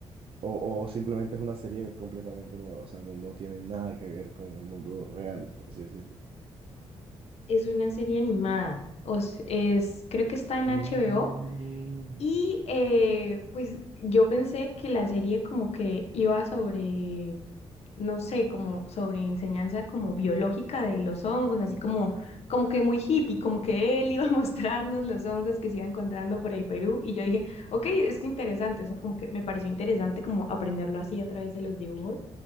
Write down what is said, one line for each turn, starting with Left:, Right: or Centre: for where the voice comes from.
Right: O, o simplemente es una serie completamente nueva, o sea, no, no tiene nada que ver con el mundo real, por así decirlo.
Left: Es una serie animada, o s- es, creo que está en
Right: Mm.
Left: HBO. Y eh, pues yo pensé que la serie como que iba sobre no sé, como sobre enseñanza como biológica de los hongos, así como, como que muy hippie, como que él <laughs> iba a mostrarnos los hongos que se iban encontrando por el Perú y yo dije, ok, es interesante, o sea, como que me pareció interesante como aprenderlo así a través de los dibujos,